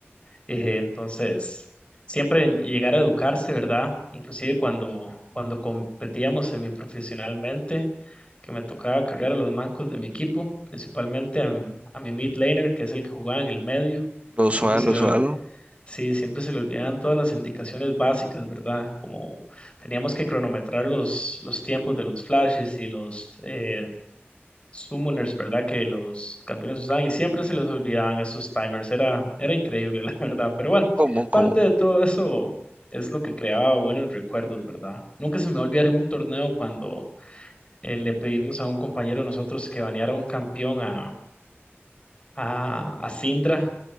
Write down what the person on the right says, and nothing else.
Lo
usual,
lo
usual.
¿Cómo? ¿Cómo?